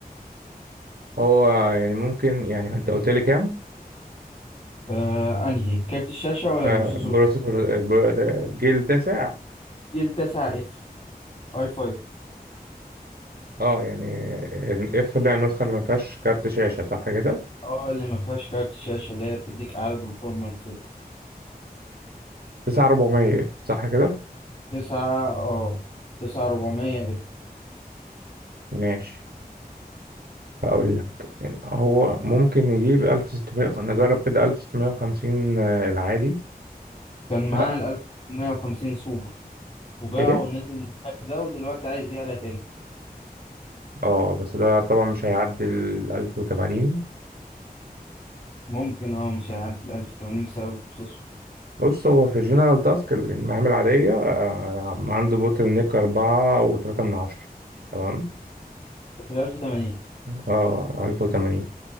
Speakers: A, on the right; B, on the left.
A: هو يعني ممكن يعني انت قلت لي كام
B: آه انهي كارت الشاشه ولا
A: آه
B: البروسيسور
A: بروسيسور آه، بر- آه، جيل تسع
B: جيل 9 اف اي 5
A: اه يعني اف اللي هي النسخه اللي ما فيهاش كارت شاشه صح كده
B: اه اللي ما فيهاش كارت الشاشه اللي هي بتديك اعلى برفورمانس
A: 9400 اف صح كده
B: 9 اه 9400 اف
A: ماشي هقول لك يعني هو ممكن نجيب 1600 نجرب كده 1650 آه، العادي
B: كان
A: ده
B: معاه ال 1650 سوبر وباعه
A: ايه
B: ونزل الكارت ده ودلوقتي عايز يعلى تاني
A: اه بس ده طبعا مش هيعدي ال 1080
B: ممكن اه مش هيعدي ال 1080 بسبب البروسيسور
A: بص هو في الجنرال تاسك المهام العادية آه، عنده بوتل نيك أربعة وتلاتة من عشرة تمام
B: ال 1080
A: اه 1080